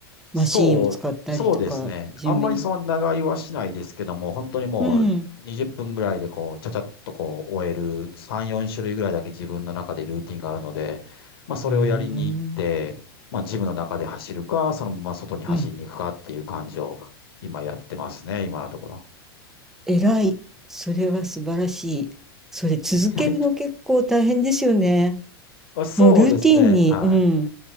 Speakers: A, in the centre; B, on the left.
A: マシーンを使ったりとか、
B: そう、そうですね。
A: ジムに。
B: あんまりその長居はしないですけども、本当にもう20分ぐらいでこう、
A: うん。
B: ちゃちゃっとこう、終える3、4種類ぐらいだけ自分の中でルーティンがあるので、まあそれをやりに行って、
A: うーん。
B: まあジムの中で走るか、そのまま外に走りに行くかっていう感じを今やってますね、
A: うん。
B: 今のところ。
A: えらい。それは素晴らしい。それ続けるの結構大変ですよね。
B: <laughs> あ、そうですね。
A: もうルーティンに、
B: はい。
A: うん、